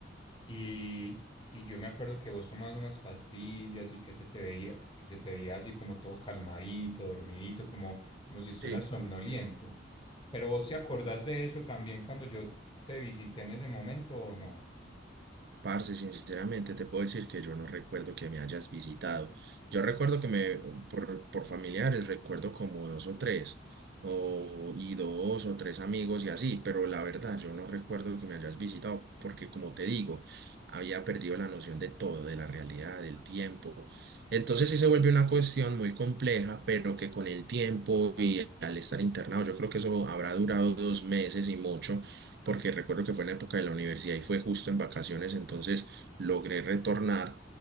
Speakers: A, on the left (about 25°); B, on the right (about 55°).
A: Y, y yo me acuerdo que vos tomabas unas pastillas y que se te veía, que se te veía así como todo calmadito, dormidito, como, como si estuvieras
B: Sí,
A: somnoliento. Pero vos te acordás de eso también cuando yo te visité en ese momento o no?
B: Parce, sinceramente te puedo decir que yo no recuerdo que me hayas visitado. Yo recuerdo que me, por, por familiares, recuerdo como dos o tres, o, y dos o tres amigos y así, pero la verdad yo no recuerdo que me hayas visitado porque como te digo, había perdido la noción de todo, de la realidad, del tiempo. Entonces sí se vuelve una cuestión muy compleja, pero que con el tiempo y al estar internado, yo creo que eso habrá durado dos meses y mucho porque recuerdo que fue en la época de la universidad y fue justo en vacaciones, entonces logré retornar,